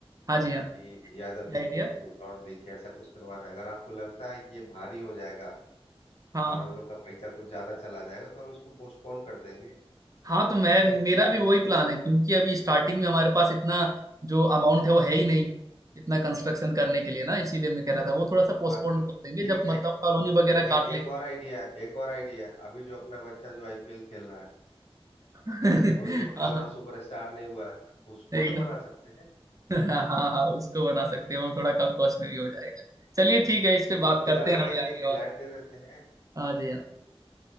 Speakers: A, on the right; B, on the left.
A: हाँ जी
B: कि
A: हाँ
B: यादव
A: ये
B: जी
A: आइडिया
B: को प्लॉट दे के ऐसा कुछ करवाना है अगर आपको लगता है कि ये भारी हो जाएगा
A: हाँ
B: और
A: हाँ।
B: हम लोग का पैसा कुछ ज्यादा चला जाएगा तो हम इसको पोस्टपोन कर देंगे
A: हाँ तो मैं
B: ठीक है
A: मेरा भी वही प्लान है क्योंकि अभी स्टार्टिंग में हमारे पास इतना जो अमाउंट है वो है ही नहीं इतना कंस्ट्रक्शन करने के लिए ना इसीलिए मैं कह रहा था वो थोड़ा सा पोस्टपोन
B: और
A: कर देंगे
B: ठीक
A: जब मतलब
B: है
A: कॉलोनी वगैरह
B: एक
A: काट लेंगे
B: एक और आइडिया है एक और आइडिया है अभी जो अपना बच्चा जो आईपीएल खेल रहा है
A: <laughs>
B: अभी तो उतना
A: हाँ
B: बड़ा सुपरस्टार नहीं हुआ है उसको
A: एकदम
B: तो बना सकते हैं
A: हाँ हाँ हाँ, उसको बना सकते हैं वो थोड़ा कम कॉस्ट में भी हो जाएगा चलिए ठीक है इस पे
B: उसको
A: बात
B: विला
A: करते
B: ना
A: हैं अभी
B: दे के
A: आगे
B: एक फ्लैट
A: और
B: दे देते हैं
A: हाँ जी हाँ